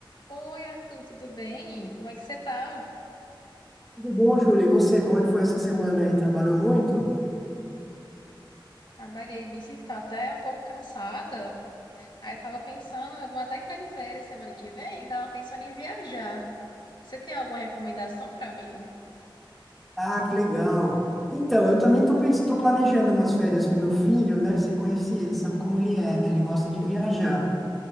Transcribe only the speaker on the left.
Oi, Arthur, tudo bem? Como é que você tá?
Trabalhei, vixe, estou até um pouco cansada. Aí eu tava pensando, eu vou até entrar de férias semana que vem, tava pensando em viajar. Você tem alguma recomendação pra mim?
Sim.